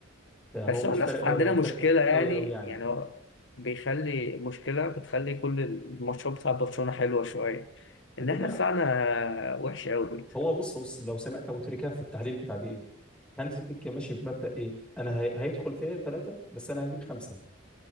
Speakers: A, in the centre; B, on the left (about 60°).
A: ده هو
B: بس
A: مش
B: هو للأسف
A: فارق قوي
B: عندنا
A: ده هو فارق
B: مشكلة يعني
A: قوي قوي يعني
B: يعني هو بيخلي مشكلة بتخلي كل الماتشات بتاع برشلونة حلوة شوية
A: الدفاع
B: إن إحنا دفاعنا وحش قوي
A: هو بص بص لو سمعت ابو تريكه في التحليل بتاع بي ان هانز فليك ماشي بمبدأ ايه انا هي- هيدخل فيها ثلاثة بس انا هجيب خمسة